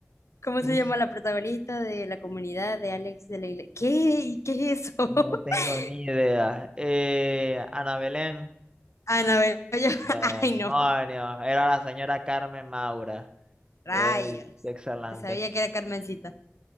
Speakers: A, on the left; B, on the right.
A: ¿Cómo
B: ¿Cómo,
A: se llama la protagonista de la comunidad de Alex de la Iglesia? ¿Qué? ¿Y qué es eso? <laughs>
B: No tengo ni idea. Eh, Ana Belén,
A: Anabel. Yo- <laughs>
B: demonios,
A: Ay, no.
B: era la señora Carmen Maura.
A: Rayos.
B: Qué, qué excelente.
A: Te sabía que era Carmencita.